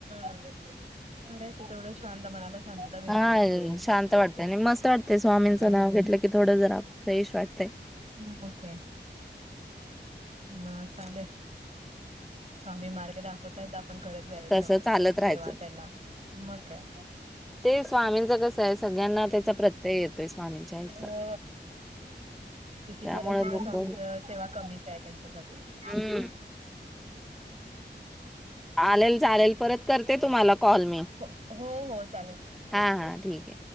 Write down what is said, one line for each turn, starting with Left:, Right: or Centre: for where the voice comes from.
Right: <inaudible> करायच तेवढं शांत मनाला, शांतता भेटते
Centre: हा
Right: ना.
Centre: शांत वाटतय आणि मस्त वाटतेय स्वामींचं
Right: मग काय
Centre: नाव घेतलं की थोडं जरा फ्रेश वाटतंय.
Right: ह मग काय, ह. चालू आहे स्वामी मार्ग दाखवता येत. आपण करत जायचं
Centre: तस
Right: आपण
Centre: चालत
Right: तेव्हडी
Centre: राहायचं
Right: सेवा त्यांना मग काय.
Centre: ते स्वामींच कसं आहे सगळ्यांना त्याचा प्रत्यय येतोय स्वामींच्या ह्याचा
Right: हो किती
Centre: त्यामुळे
Right: करेल तेवढं
Centre: लोक
Right: स्वामींच सेवा कमीच आहे त्यांच्यासाठी. <inaudible>
Centre: हम्म चालेल चालेल परत करते तुम्हाला कॉल मी.
Right: हो हो हो चालेल चालेल
Centre: हा
Right: ओके.
Centre: हा ठीक आहे.